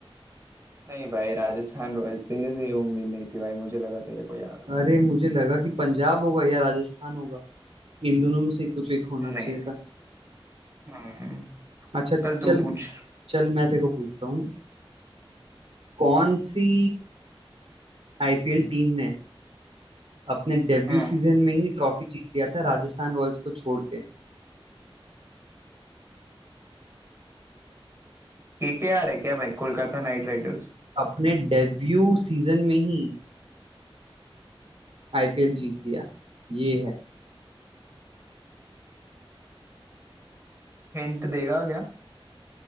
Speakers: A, on the right; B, on the right.
A: नहीं भाई राजस्थान रॉयल्स तेरे से ये उम्मीद नहीं थी भाई मुझे लगा तेरे को याद हो
B: अरे मुझे लगा कि पंजाब होगा या राजस्थान होगा इन दोनों में से कुछ एक होना
A: नहीं
B: चाहिए
A: नहीं
B: था
A: हम्म
B: अच्छा
A: चल
B: चल
A: तू पूछ
B: चल मैं तेरे को पूछता हूँ कौन सी आईपीएल टीम ने अपने डेब्यू
A: हम्म
B: सीजन में ही ट्रॉफी जीत लिया था राजस्थान रॉयल्स को छोड़ के
A: केकेआर है क्या भाई Kolkata night Riders
B: अपने डेब्यू सीजन में ही आईपीएल जीत लिया ये है
A: हिंट देगा क्या